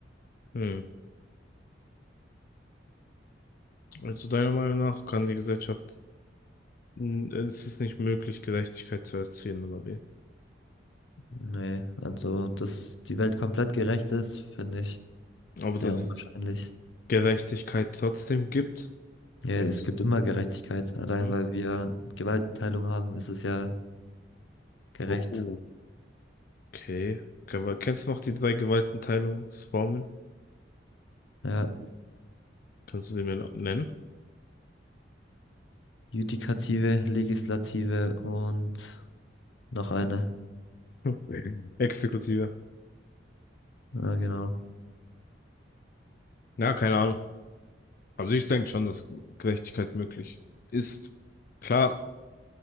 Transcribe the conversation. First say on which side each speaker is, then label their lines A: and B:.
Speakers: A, on the left (about 50°); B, on the left (about 85°).
A: Hm. Also deiner Meinung nach kann die Gesellschaft, n- es ist nicht möglich, Gerechtigkeit zu erzielen, oder wie?
B: Nee, also, dass die Welt komplett gerecht ist, finde ich
A: Aber
B: sehr
A: dass
B: unwahrscheinlich.
A: es Gerechtigkeit trotzdem gibt,
B: Ja,
A: jetzt.
B: es gibt immer Gerechtigkeit. Allein
A: Hm?
B: weil wir Gewaltenteilung haben, ist es ja gerecht.
A: Oh, okay. Ke- aber Kennst du noch die drei Gewaltenteilungsformen?
B: Ja,
A: Kannst du die mir noch nennen? <laughs>
B: Judikative, Legislative und noch eine.
A: Hm. Mhm. Exekutive.
B: Ja, genau.
A: Ja, keine Ahnung. Also ich denke schon, dass Gerechtigkeit möglich ist. Klar,